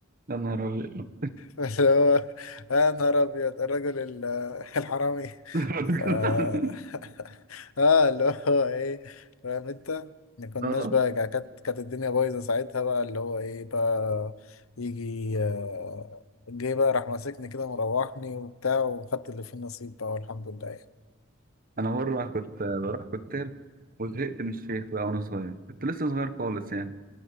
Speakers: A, on the right; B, on the left.
A: يا نهار ابيض
B: اللي هو يا نهار ابيض الرجل ال- الحرامي
A: <laughs>
B: ف <laughs> اه اللي هو ايه فاهم انت ما كناش
A: اه
B: بقى كانت كانت الدنيا بايظه ساعتها بقى اللي هو ايه بقى يجي آه، جه بقى راح ماسكني كده مروحني وبتاع وخدت اللي فيه النصيب بقى والحمد لله يعني
A: انا مرة كنت بروح كتاب وزهقت من الشيخ بقى وانا صغير كنت لسه صغير خالص يعني